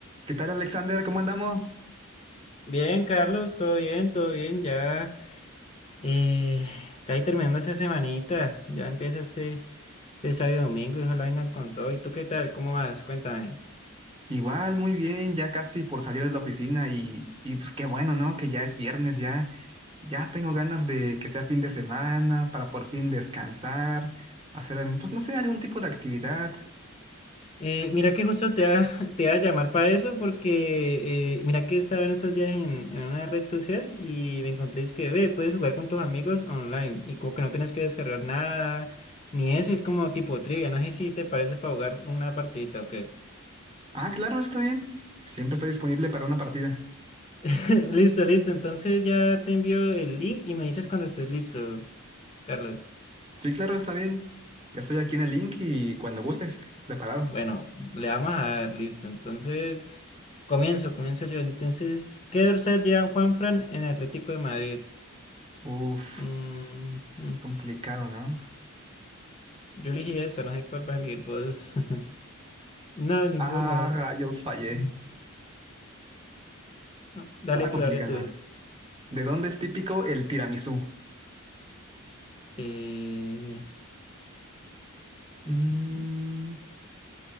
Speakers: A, on the right (about 25°); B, on the left (about 30°).
A: ¿Qué tal, Alexander? ¿Cómo andamos?
B: Bien, Carlos, todo bien, todo bien, ya eh, casi terminando esa semanita, ya empieza este, este sábado y domingo y ojalá vengan con todo. ¿Y tú qué tal? ¿Cómo vas? Cuéntame.
A: Igual, muy bien, ya casi por salir de la oficina y, y pues qué bueno, ¿no? Que ya es viernes, ya, ya tengo ganas de que sea fin de semana para por fin descansar, hacer, em, pues no sé, algún tipo de actividad.
B: Eh, mira que justo te va, <laughs> te iba a llamar para eso porque eh, mira que estaba en estos días en, en una red social y me encontré es que, ve, puedes jugar con tus amigos online y como que no tienes que descargar nada ni eso, y es como tipo trivia, no sé si te parece para jugar una partidita o qué.
A: Ah, claro, está bien. Siempre estoy disponible para una partida.
B: <laughs> Listo, listo. Entonces ya te envío el link y me dices cuando estés listo, Carlos.
A: Sí, claro, está bien. Ya estoy aquí en el link y cuando gustes, preparado.
B: Bueno, le vamos a dar, listo. Entonces, comienzo, comienzo yo. Entonces, ¿qué dorsal lleva Juanfran en Atlético de Madrid?
A: Uf,
B: Mm, mm.
A: complicado, ¿no?
B: Yo elegí esa, no sé cuál vas a elegir vos. <laughs> No, ninguna.
A: Ah, rayos, fallé.
B: No, Dale
A: Estaba complicado.
B: tú, dale tú.
A: ¿De dónde es típico el tiramisú?
B: Eh,
A: Mmm...
B: uf.